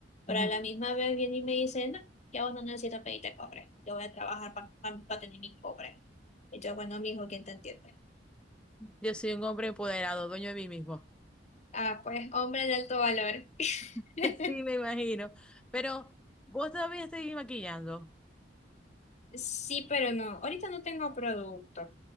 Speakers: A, on the left; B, in the centre.
A: Pero
B: Ujú.
A: a la misma vez viene y me dice, no, ya vos no necesitas pedirte cobre. Yo voy a trabajar para tener mis cobres. Y yo, bueno, mijo, ¿quién te entiende?
B: Yo soy un hombre empoderado, dueño de mí mismo.
A: Ah, pues hombre de alto valor.
B: <laughs>
A: <laughs>
B: Sí, me imagino. Pero vos todavía seguís maquillando.
A: Sí, pero no. Ahorita no tengo producto.